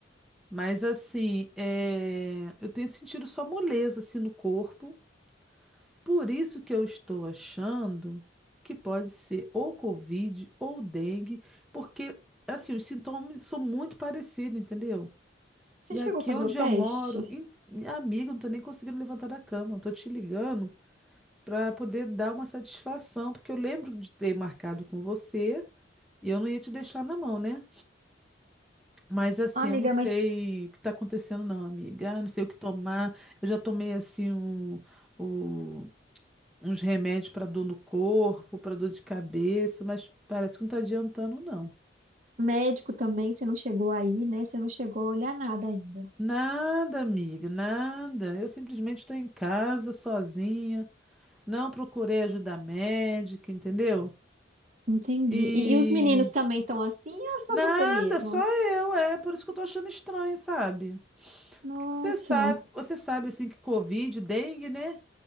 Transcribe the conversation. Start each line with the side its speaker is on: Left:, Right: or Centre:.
Centre: Mas assim, é, eu tenho sentido só moleza assim no corpo. Por isso que eu estou achando que pode ser ou Covid ou dengue, porque assim, os sintomas são muito parecidos, entendeu?
Right: Você
Centre: E
Right: chegou
Centre: aqui
Right: a fazer
Centre: é onde
Right: o teste?
Centre: eu moro, em- amiga, eu não tô nem conseguindo levantar da cama. Eu Tô te ligando pra poder dar uma satisfação, porque eu lembro de ter marcado com você e eu não ia te deixar na mão, né? Mas assim,
Right: Ah, amiga,
Centre: eu não sei
Right: mas
Centre: o que tá acontecendo, não, amiga. Eu não sei o que tomar. Eu já tomei assim um, o- uns remédios pra dor no corpo, pra dor de cabeça, mas parece que não tá adiantando, não.
Right: médico também, você não chegou aí, né? Você não chegou a olhar nada ainda.
Centre: Nada, amiga, nada. Eu simplesmente estou em casa, sozinha. Não procurei ajuda médica, entendeu?
Right: Entendi.
Centre: E
Right: E, e os meninos também estão assim ou é só
Centre: nada,
Right: você mesma?
Centre: só eu, é por isso que eu tô achando estranho, sabe?
Right: Nossa.
Centre: Você sabe, você sabe assim que Covid, dengue, né?